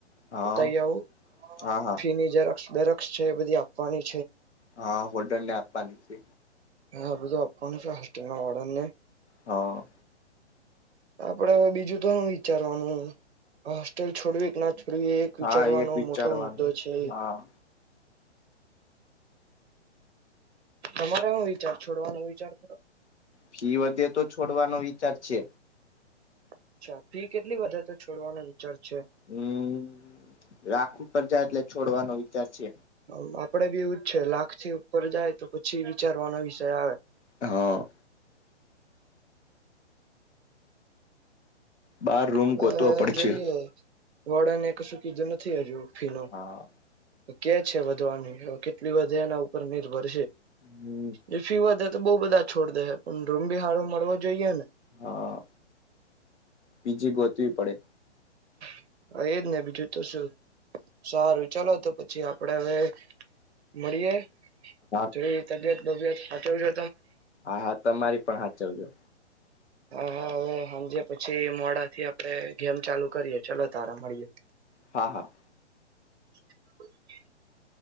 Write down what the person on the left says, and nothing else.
હા
હા હા
હા, હોલ્ડનને આપવાની છે.
હા.
હા
એક વિચારવાનું
હા
ફી વધે, તો છોડવાનો વિચાર છે.
હમ રાખું પ જાય એટલે છોડવાનો વિચાર છે.
હા. બાર રૂમ
ગોતવો પડશે.
હા
હમ
હા, બીજી ગોતવી પડે
હા
હા હા તમારી પણ હાચવજો.
હા હા.